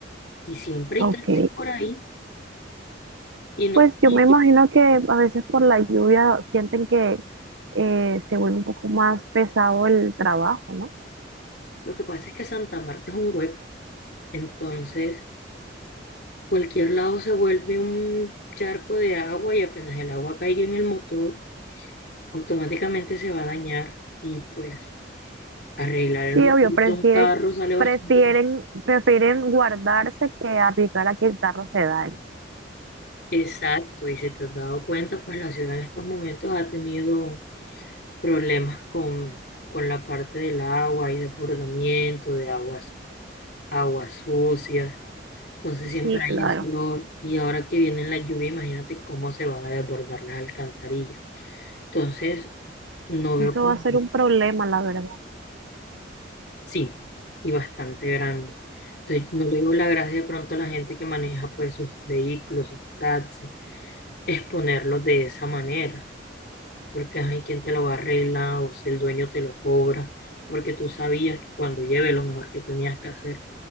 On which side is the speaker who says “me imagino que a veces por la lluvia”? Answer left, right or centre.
Right